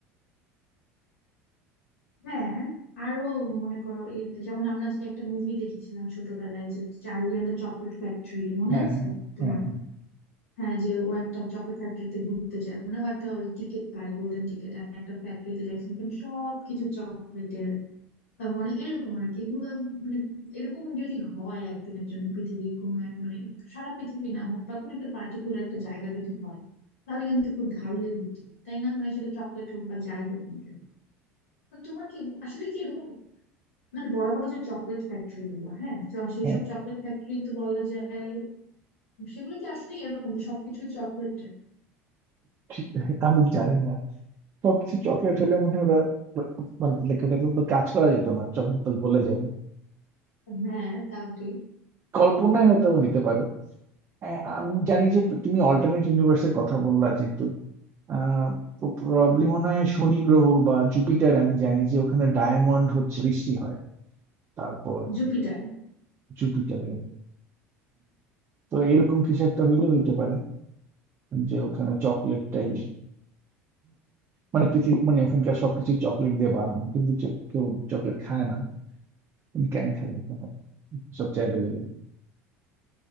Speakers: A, on the left; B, on the right.
A: হ্যাঁ আরো মনে করো এই যেমন আমরা যে একটা মুভি দেখেছিলাম ছোটবেলায় যে Charlie and the chocolate factory মনে
B: হ্যাঁ
A: আছে
B: হ্যাঁ
A: তোমার
B: হ্যাঁ হ্যাঁ
A: হ্যাঁ যে ও একটা চকলেট ফ্যাক্টরিতে ঘুরতে যায় মানে ও একটা ওই টিকিট পায় গোল্ডেন টিকিট আর একটা ফ্যাক্টরিতে যায় সেখানে সবকিছু চকলেটের তারপর মানে এরকম আর কি এগুলো মানে এরকম যদি হয় একদিনের জন্য পৃথিবী কোনো এক মানে সারা পৃথিবী না হোক বা কোনো একটা পার্টিকুলার একটা জায়গা যদি হয় তাহলে কিন্তু খুব ভালোই হতো তাই না মানে সেটা চকলেট হোক বা যাই হোক না কেন তো তোমার কি আসলে কি এরকম মানে বড় বড় যে চকলেট ফ্যাক্টরি গুলো হ্যাঁ সেই
B: হ্যাঁ
A: সব চকলেট ফ্যাক্টরি তো বলা যায় সেগুলো কি আসলে এরকম যে সবকিছুই চকলেট
B: ঠিক- আমি জানি না সবকিছু চকলেট হলে মনে হয় ওরা মানে like ওটা তো কাজ করা যেত না চকলেট তো গলে যাবে
A: হ্যাঁ তাও ঠিক
B: কল্পনায় হয়তো হইতে পারে আ- আমি জানি যে তুমি অল্টারনেট ইউনিভার্সের কথা বললা যেহেতু আহ প্রবলেম মনে হয় শনি গ্রহ বা জুপিটার আমি জানি যে ওখানে ডায়মন্ড হচ্ছে বৃষ্টি হয় তারপর
A: জুপিটার
B: জুপিটার তো এরকম কিছু একটা হইলেও হইতে পারে যে ওখানে চকলেটটাই মানে পৃথিবী মানে ওখানকার সবকিছু চকলেট দিয়ে বানানো কিন্তু চে- কেউ চকলেট খায় না তুমি ক্যান খাবে তখন সবচেয়ে অ্যাভেলেবেল